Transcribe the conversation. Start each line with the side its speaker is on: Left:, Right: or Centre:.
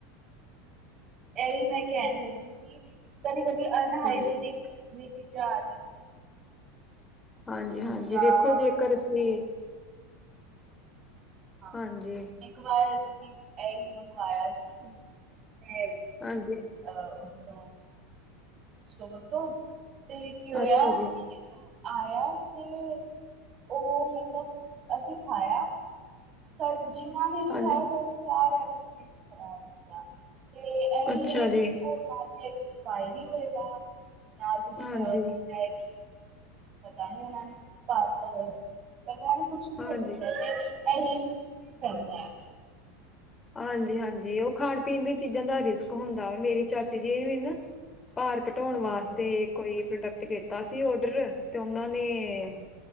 Right: ਇਹੀ ਮੈਂ ਕਹਿਣ ਲੱਗੀ ਸੀ, ਕਦੀ ਕਦੀ ਅਨਹਾਈਜੀਨਿਕ
Left: ਹਾਂਜੀ
Right: ਵੀ ਚੀਜ਼ਾਂ ਆ ਜਾਦੀ-
Left: ਹਾਂਜੀ
Right: ਜਿੱਦਾਂ
Left: ਹਾਂਜੀ ਵੇਖੋ ਜੇਕਰ ਉਸਨੇ
Right: ਹਾਂ,
Left: ਹਾਂਜੀ
Right: ਇੱਕ ਵਾਰ ਅਸੀਂ ਇਹੀ ਮੰਗਵਾਇਆ ਸੀ, ਤੇ
Left: ਹਾਂਜੀ-
Right: ਅਹ ਉ ਤੋਂ- ਸਟੋਰ ਤੋਂ, ਤੇ ਕੀ ਹੋਇਆ
Left: ਅੱਛਾ ਜੀ
Right: ਕਿ- ਉਹ ਆਇਆ ਤੇ, ਉਹ ਮਤਲਬ ਅਸੀਂ ਖਾਇਆ- ਸਰ ਜਿਾਂਨਾਨੇ ਵੀ
Left: ਹਾਂਜੀ
Right: ਖਾਇਆ, ਸਾਰਿਆਂ ਦਾ ਪੇਟ ਖ਼ਰਾਬ ਹੋ ਗਿਆ ਤੇ- ਏਹੀ
Left: ਅੱਛਾ
Right: ਹੈ ਕਿ
Left: ਜੀ
Right: ਉਹ ਜਾ ਤੇ ਐਕਸਪਾਇਰੀ ਹੋਏਗਾ- ਜਾ ਤੇ ਫਿਰ
Left: ਹਾਂਜੀ
Right: ਏ ਹੋ ਸਕਦਾ ਹੈ ਕਿ, ਪਤਾ ਨਹੀਂ ਉਹਨਾਂ ਨੇ ਕੀ ਪਾ ਦਿੱਤਾ ਹੋਵੇ ਔਦੇ ਵਿਚ ਤੇ ਕਹਿਣ ਕੁਛ ਵੀ
Left: ਹਾਂਜੀ
Right: ਹੋ ਸਕਦਾ ਤੇ ਇਹ ਰਿਸ੍ਕ ਰਹਿੰਦਾ ਹੈ-
Left: ਹਾਂਜੀ ਹਾਂਜੀ ਉਹ ਖਾਣ ਪੀਣ ਦੀ ਚੀਜ਼ਾਂ ਦਾ ਰਿਸਕ ਹੁੰਦਾ ਵਾ, ਮੇਰੀ ਚਾਚੇ ਜੀ ਵੀ ਨਾ- ਭਾਰ ਘਟਾਉਣ
Right: ਹੂੰ
Left: ਵਾਸਤੇ ਕੋਈ ਪ੍ਰੋਡਕਟ ਕੀਤਾ ਸੀ ਔਡਰ, ਤੇ ਉਹਨਾਂ ਨੇ-